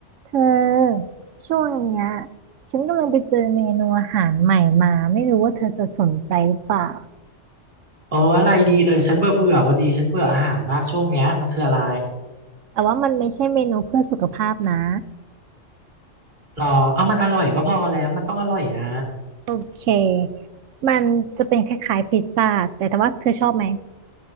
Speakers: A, on the right; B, on the right.
A: เธอช่วงเนี้ยฉันกำลังไปเจอเมนูอาหารใหม่มาไม่รู้ว่าเธอจะสนใจหรือเปล่า
B: เอออะไรดีเลยฉันเบื่อเบื่อพอดีฉันเบื่ออาหารมากช่วงเนี้ยมันคืออะไร
A: แต่ว่ามันไม่ใช่เมนูเพื่อสุขภาพนะ
B: รอเอามันอร่อยก็พอแล้วมันต้องอร่อยนะ
A: โอเคมันจะเป็นคล้ายๆพิซซ่าแต่ถ้าว่าเธอชอบไหม